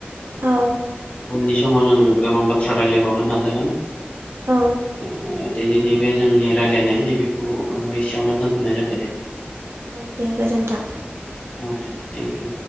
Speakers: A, on the right; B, on the left.
A: औ
B: उननि समाव जों गोबां बाथ्रा रायलायबावनो नाजागोन।
A: औ
B: ओ दिनैनि बे जोंनि रायज्लायनाय नैबेखौ एसेयावनो दोनथ'नाय जाबाय दे।
A: औ दे गोजोन्थों
B: औ दे थेंक इउ।